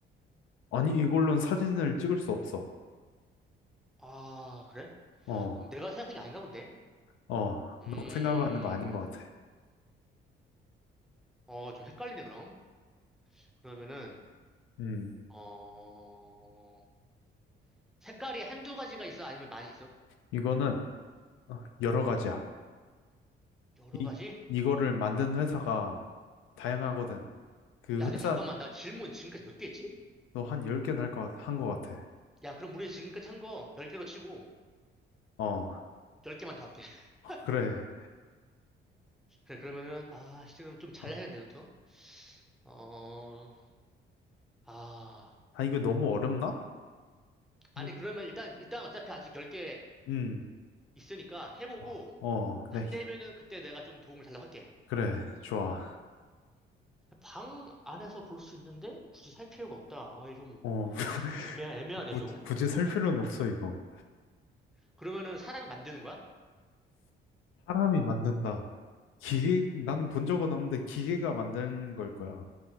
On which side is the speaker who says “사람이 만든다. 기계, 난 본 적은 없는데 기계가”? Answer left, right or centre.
Left